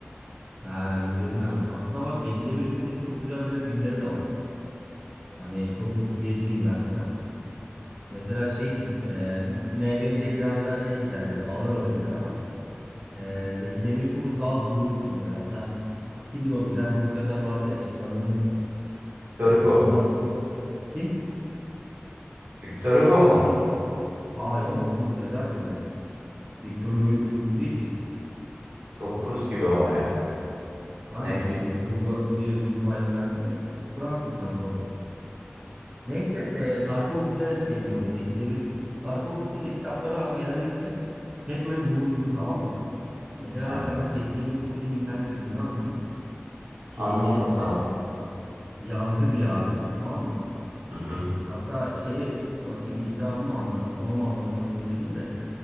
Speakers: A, on the right; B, on the right.
A: Ha izledim ben onu. Aslına bak Zeki Demirkubuz'un çok güzel böyle filmleri de var. Hani çok etkileyici diyeyim ben sana. Mesela şeydir. e, NBC biraz daha şey gider böyle ağır ağır gider ama e, Zeki Demirkubuz daha vurucudur böyle. Hatta kimdi o bir tane Rus yazar vardı ya şimdi adını unuttum.
B: Victor
A: E,
B: Hugo.
A: ondan falan çok... Kim?
B: Victor Hugo mu?
A: Kim? Hayır oğlum Rus yazar diyorum ya. Victor Hugo Rus değil ki.
B: Yok Rus gibi ama ya.
A: Aynen
B: Neyse.
A: bir Victor Hugo bir Rus vibe verdi de Fransız kanka o. Neyse e, Tarkovski'den etkileniyor bu Zeki Demirkubuz. Tarkovski'nin de kitapları abi genellikle hep böyle vurucudur tamam mı? Mesela
B: Ha,
A: bak sana Zeki Demirkubuz'un bir tane filmini anlatayım. Şey
B: Anlat
A: diye
B: bakalım.
A: e, Yazgı diye abi tamam mı?
B: Hı hı.
A: Hatta şeyi bakayım itirafımı mı anlatsam onu mu anlatsam diye düşündüm de.